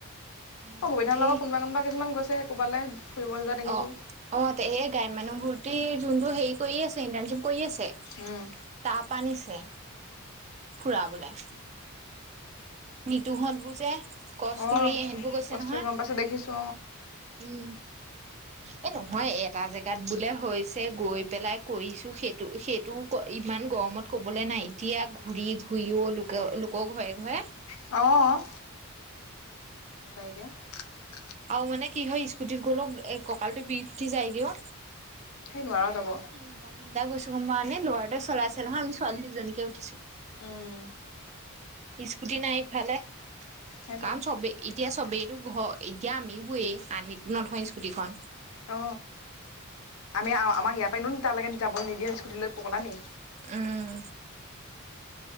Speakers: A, on the right; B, on the left.
A: সিহঁতি
B: অ ববিতাৰ লগত কোনোবা কোনবা কিছুমান গৈছে ক'বালে। ফুৰিবলৈ যোৱা দেখিছো
A: অ অ এই গাই মানুহ বুৰ্তি যোনটো হেৰি কৰি আছে ইণ্টানচিপ কৰি আছে
B: উম
A: তাপ আনিছে ফুৰাবলে নিতুহঁত বুজে কস্তুৰি
B: অ
A: সেইবোৰ কৈছে
B: কস্তুৰি
A: নহয়
B: গম পাইছো দেখিছো
A: উম এ নহয় এটা জেগাত বোলে হৈছে গৈ পেলাই কৰিছো সেইটো সেইটোও ইমান গৰমত কবলৈ নাই এতিয়া ঘূৰি ঘূৰিও লোকে লোকৰ ঘৰে ঘৰে
B: অ <unintelligible>
A: আৰু মানে কি হয় স্কুটিত গ'লো কঁকালটো বিষ উঠি যায়গেও
B: সেই নোৱাৰ যাব
A: আমি তিনটা তিনটা গৈছো কমানে ল'ৰা এটাই চলাইছে নহয় আমি ছোৱলী দুজনীকে উঠিছো
B: উম
A: স্কুটি নাই ইফালে কাৰণ
B: সেইটোৱে
A: চবেই এতিয়া চবেই এইটো ঘ এতিয়া আমি বোয় আনি নথয় স্কুটিখন
B: অ আমি আমাৰ ইয়াত পেনো তালৈকে যাব নিদিয়ে স্কুটিলৈ পগলা নি
A: উম